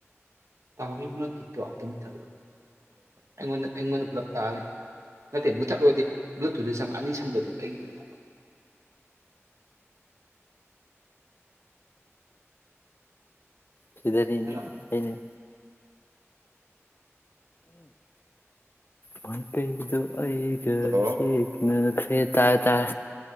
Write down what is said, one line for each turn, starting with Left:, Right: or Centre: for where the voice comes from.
Right: ꯇꯥꯃꯣꯒꯤ ꯕ꯭ꯂꯨꯇꯨꯠꯇꯣ ꯑꯨꯇ ꯃꯨꯠꯊꯠꯂꯣ ꯑꯩꯉꯣꯟꯗ ꯄꯨꯂꯞ ꯇꯥꯔ ꯅꯠꯇꯦ ꯃꯨꯠꯊꯠꯂꯨꯔꯗꯤ ꯕ꯭ꯂꯨꯇꯨꯠꯇ ꯆꯪꯉ ꯑꯅꯤ ꯁꯝꯖꯗꯗ ꯑꯩꯒꯤ ꯑꯗꯨꯝꯠꯂꯣ
Left: ꯁꯤꯗꯅꯤꯅꯦ
Right: ꯃꯨꯠꯊꯠꯂꯕ
Left: ꯑꯈꫭꯏꯅ ꯃꯇꯗꯨ ꯑꯩꯒ
Right: ꯍꯜꯂꯣ
Left: ꯏꯆꯦꯛꯅ ꯑꯦ ꯇꯥꯏ ꯇꯥꯏ